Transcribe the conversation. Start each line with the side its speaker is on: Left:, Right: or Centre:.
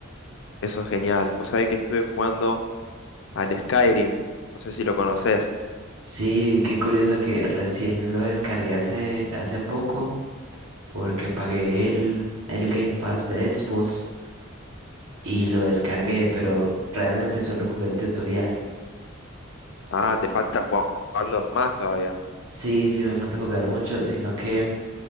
Left: Eso es genial. Vos sabés que estuve jugando al Skyrim. No sé si lo conocés.
Right: Sí, qué curioso que recién lo descargué hace, hace poco porque pagué el, el Game Pass de Xbox y lo descargué, pero realmente solo jugué el tutorial.
Left: Ah, te falta jugar- jugarlo más todavía.
Right: Sí, sí, me falta jugar mucho, sino que